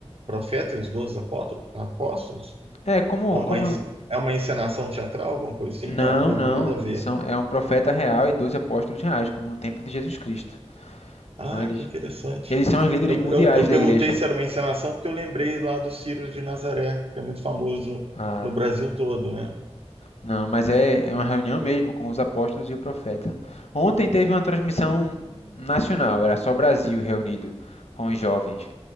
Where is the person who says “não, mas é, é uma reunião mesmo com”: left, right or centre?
Left